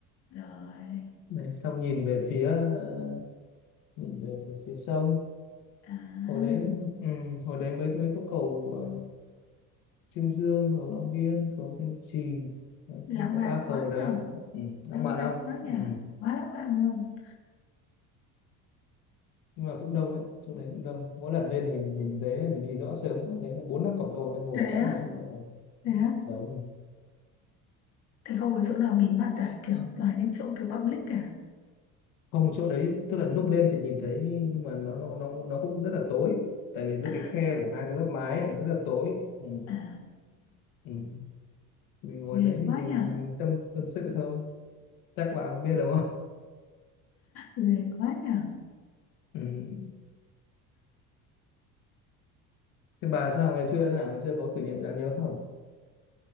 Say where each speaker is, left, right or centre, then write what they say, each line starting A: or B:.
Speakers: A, on the left (about 45°); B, on the left (about 70°).
A: rồi
B: đấy xong nhìn về phía ờ, nhìn về, về phía sông
A: à
B: hồi đấy ừ, hồi đấy mấy mấy có cầu ờ, Trương Dương cầu Long Biên cầu Thanh Trì đấy,
A: lãng
B: có
A: mạn
B: ba
A: quá
B: cầu đấy
A: nhở
B: ừ, lãng
A: lãng
B: mạn
A: mạn
B: không
A: quá nhở
B: ừ.
A: quá lãng mạn luôn
B: nhưng mà cũng đông ấy chỗ đấy cũng đông mỗi lần lên mình mình thấy mình đi rõ sớm cũng thấy là bốn năm cặp đôi đang ngồi
A: thế
B: sẵn
A: á
B: đấy Ờ,
A: thế á
B: đông
A: thế không có chỗ nào bí mật à kiểu toàn những chỗ kiểu public cả
B: không chỗ đấy tức là núp lên thì nhìn thấy nhưng mà nó nó nó nó cũng rất là tối tại vì giữa
A: à
B: cái khe của hai cái lớp mái ấy, nó rất là tối ừ.
A: à
B: Ừ. Thì mình ngồi
A: Ghê
B: đấy thì
A: quá
B: mình
A: nhở,
B: tâm tâm sự thôi chắc bà không biết đúng không
A: ghê quá nhở.
B: ừ. thế bà sao ngày xưa thế nào ngày xưa có kỷ niệm đáng nhớ không